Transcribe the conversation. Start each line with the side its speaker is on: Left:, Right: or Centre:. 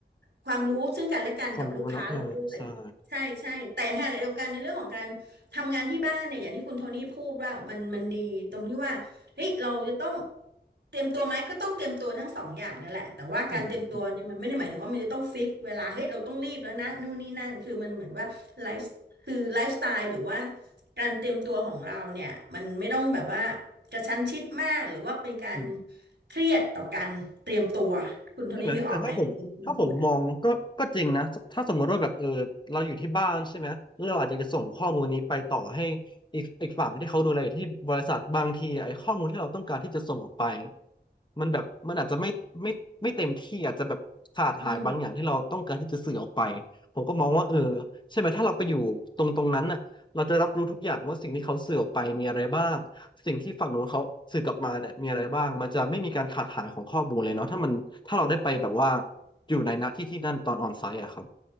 Right: ความรู้ซึ่งกันและกันกับลูกค้าเราด้วย
Left: ความรู้เนาะเออใช่
Right: ใช่ใช่แต่ในขณะเดียวกันในเรื่องของการทำงานที่บ้านเนี่ยอย่างที่คุณโทนี่พูดว่ามันมันดีตรงที่ว่า เฮ้ยเราจะต้องเตรียมตัวไหมก็ต้องเตรียมตัวทั้งสองอย่างนั่นแหละแต่ว่าการเตรียมตัวเนี่ยมันไม่ได้หมายถึงว่ามันจะต้องฟิกเวลาเฮ้ยเราต้องรีบแล้วนะนู่นนี่นั่นคือมันเหมือนว่าไลฟ์คือไลฟ์สไตล์หรือว่า
Left: ใช่ไหมอืม
Right: การเตรียมตัวของเราเนี่ยมันไม่ต้องแบบว่ากระชั้นชิดมากหรือว่าเป็นการ
Left: อืม
Right: เครียดต่อการเตรียมตัวคุณโทนี่นึกออกไหมที่คุณพูด
Left: ใช่ไหมแต่ถ้าผมถ้าผมมองก็ก็จริงนะถ้าสมมติว่าแบบเออเราอยู่ที่บ้านใช่ไหมแล้วเราอาจจะส่งข้อมูลนี้ไปต่อให้อีกอีกฝั่งที่เขาดูแลอยู่ที่บริษัทบางทีไอ้ข้อมูลที่เราต้องการที่จะส่งออกไปมันแบบมันอาจจะไม่ไม่ไม่เต็มที่อาจจะแบบขาดหายบางอย่างที่เราต้องการที่จะสื่อออกไป
Right: อืม
Left: ผมก็มองว่าเออใช่ไหมถ้าเราไปอยู่ตรงตรงนั้นน่ะ เราจะรับรู้ทุกอย่างว่าสิ่งที่เขาสื่อออกไปมีอะไรบ้างสิ่งที่ฝั่งโน้นเขาสื่อกลับมาเนี่ยมีอะไรบ้างมันจะไม่มีการขาดหายของข้อมูลเลยเนาะถ้ามันถ้าเราได้ไปแบบว่าอยู่ในณที่ที่นั่นตอนออนไซต์อะครับ